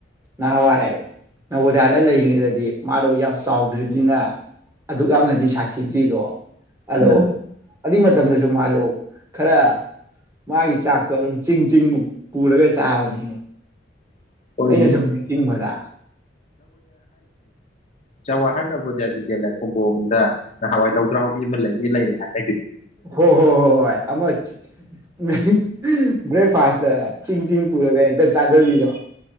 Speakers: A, on the right; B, on the left.
A: ꯅꯍꯥꯟꯋꯥꯏ ꯅꯕꯣꯗꯤꯌꯥꯗ ꯂꯩꯔꯤꯉꯩꯗꯗꯤ ꯃꯥꯗꯣ ꯌꯥꯝ ꯆꯥꯎꯗ꯭ꯔꯤꯝꯅꯤꯅ ꯑꯗꯨꯛ ꯌꯥꯝꯅꯗꯤ ꯁꯥꯊꯤꯗ꯭ꯔꯤꯗꯣ ꯑꯗꯣ
B: ꯑ,
A: ꯑꯗꯨꯏ ꯃꯇꯝꯗꯁꯨ ꯃꯥꯗꯣ ꯈꯔ ꯃꯥꯒꯤ ꯆꯥꯛꯇꯣ ꯑꯗꯨꯝ ꯆꯤꯡ ꯆꯤꯡꯃꯨꯛ ꯄꯨꯔꯒ ꯆꯥꯕꯅꯤꯅꯦ
B: <unintelligible>
A: ꯑꯩꯅ ꯁꯨꯝ ꯅꯤꯡꯁꯤꯡꯕꯗ
B: ꯆꯋꯥꯍꯔꯗ ꯅꯣꯕꯣꯗꯤꯌꯥ ꯕꯤꯗ꯭ꯌꯥꯂ ꯈꯣꯡꯕꯣꯝꯗ ꯅꯍꯋꯥꯏ ꯂꯧꯗ꯭ꯔꯥꯎꯕꯤ ꯑꯃ ꯂꯩꯔꯦ ꯂꯩꯔꯦ ꯍꯥꯏ
A: ꯍꯣ ꯍꯣ ꯍꯣ ꯍꯣꯏ ꯑꯃ ꯆ <inaudible> ꯕ꯭ꯔꯦꯛꯐꯥꯁꯇ ꯆꯤꯡ ꯆꯤꯡ ꯄꯨꯔꯒ ꯍꯦꯛꯇ ꯆꯥꯗꯕꯤꯗꯣ